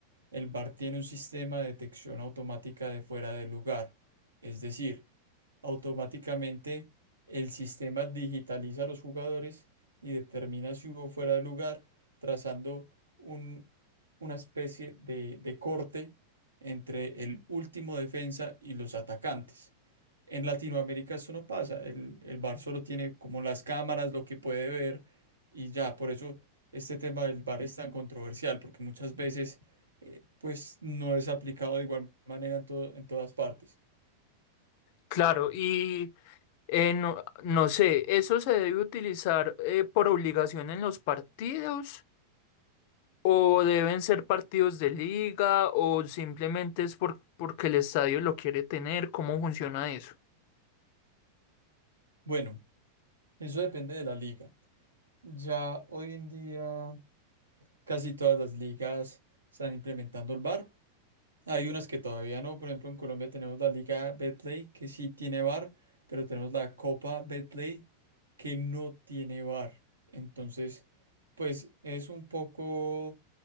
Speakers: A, on the right; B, on the left.
A: el VAR tiene un sistema de detección automática de fuera de lugar, es decir, automáticamente el sistema digitaliza a los jugadores y determina si hubo fuera de lugar, trazando un- una especie de, de corte entre el último defensa y los atacantes. En Latinoamérica eso no pasa, el, el VAR solo tiene como las cámaras, lo que puede ver y ya, por eso este tema del VAR es tan controversial, porque muchas veces eh, pues no es aplicado de igual manera en, to- en todas partes.
B: Claro, y eh, no, no sé, ¿eso se debe utilizar eh, por obligación en los partidos o deben ser partidos de liga o simplemente es por, porque el estadio lo quiere tener? ¿Cómo funciona eso?
A: Bueno, eso depende de la liga. Ya hoy en día casi todas las ligas están implementando el VAR. Hay unas que todavía no, por ejemplo en Colombia tenemos la Liga Betplay que sí tiene bar, pero tenemos la Copa Betplay que no tiene bar. Entonces, pues es un poco